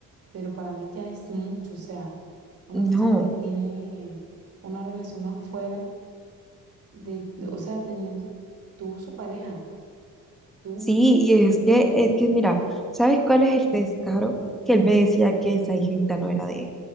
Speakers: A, on the right (about 45°); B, in the centre.
A: pero para mí ya es mucho. O sea, una persona
B: No,
A: que tiene una relación afuera de, de- o sea, teniendo tú su pareja, tú.
B: sí, y es que, es que mira, ¿sabes cuál es el descaro? Que él me decía que esa hijita no era de él